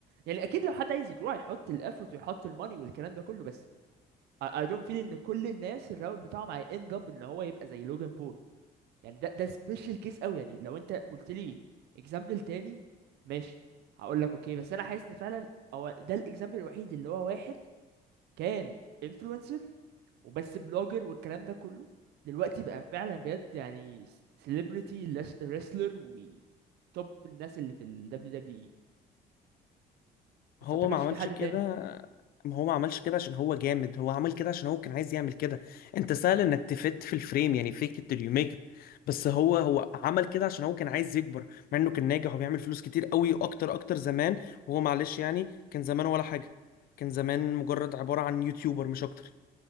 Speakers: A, on the right; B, on the left.
A: يعني اكيد لو حد عايز يجرو هيحط ال effort ويحط الماني والكلام ده كله بس I I don't feel ان كل الناس الراوت بتاعهم هي end up ان هو يبقى زي لوجان بول يعني ده ده سبيشال كيس قوي يعني لو انت قلت لي اكزامبل تاني ماشي هقول لك اوكي بس انا حاسس ان فعلا هو ده الاكزامبل الوحيد اللي هو واحد كان انفلونسر وبس بلوجر والكلام ده كله دلوقتي بقى فعلا بجد يعني سيلبرتي ريسلر وتوب الناس اللي في ال WWE بس
B: هو
A: ما اعتقدش
B: ما عملش
A: في حد
B: كده
A: تاني
B: ما هو ما عملش كده عشان هو جامد هو عمل كده عشان هو كان عايز يعمل كده انت سهل انك تفت في الفريم يعني فيك it till you make it بس هو هو عمل كده عشان هو كان عايز يكبر مع انه كان ناجح وبيعمل فلوس كتير قوي اكتر اكتر زمان وهو معلش يعني كان زمان ولا حاجة كان زمان مجرد عبارة عن يوتيوبر مش اكتر